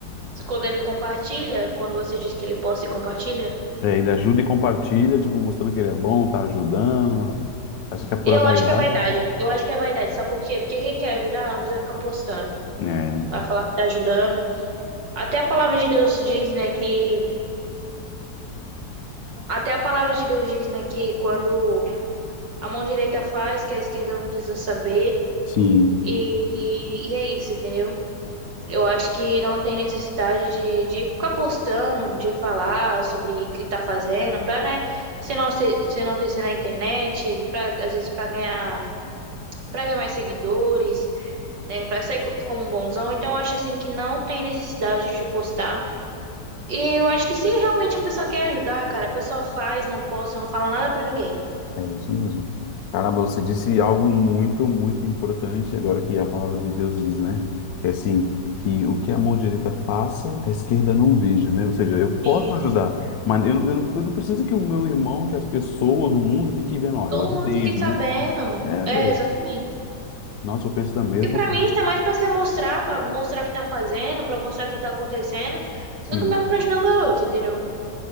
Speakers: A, on the right; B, on the left.
A: Quando ele compartilha, quando você diz que ele posta e compartilha,
B: É, ele ajuda e compartilha, tipo, mostrando que ele é bom, tá ajudando. Acha que é pura
A: eu
B: vaidade?
A: acho que é vaidade. Eu acho que é vaidade, sabe por quê? Porque quem quer ajudar não precisa ficar postando
B: É,
A: pra falar que tá ajudando. Até a palavra de Deus diz, né, que até a palavra de Deus diz, né, que quando a mão direita faz, que a esquerda não precisa saber.
B: sim.
A: E, e é isso, entendeu? Eu acho que não tem necessidade de, de ficar postando, de falar sobre o que tá fazendo, pra, né, se não ser, se não ter na internet, pra, às vezes pra ganhar, pra ganhar mais seguidores, né, pra sair co- como um bonzão. Então, eu acho, assim, que não tem necessidade de postar. E eu acho que se realmente a pessoa quer ajudar, cara, a pessoa faz, não posta, não fala nada pra ninguém.
B: É isso mesmo. Caramba, você disse algo muito, muito importante agora que a palavra de Deus diz, né? É assim, que o que a mão direita faça, a esquerda não veja, né? Ou seja, eu posso
A: Isso.
B: ajudar, mas eu, não- eu, não- eu não preciso que o meu irmão, que as pessoas, o mundo fiquem vendo, ó,
A: Todo
B: eu ajudei,
A: mundo fica
B: viu?
A: sabendo.
B: É,
A: É,
B: velho.
A: exatamente.
B: Nossa, eu penso da mesma
A: Porque pra
B: forma.
A: mim tá mais pra se mostrar, pra mostrar o que tá fazendo, pra mostrar o que tá acontecendo,
B: Sim,
A: do que mesmo pra ajudar o garoto, entendeu?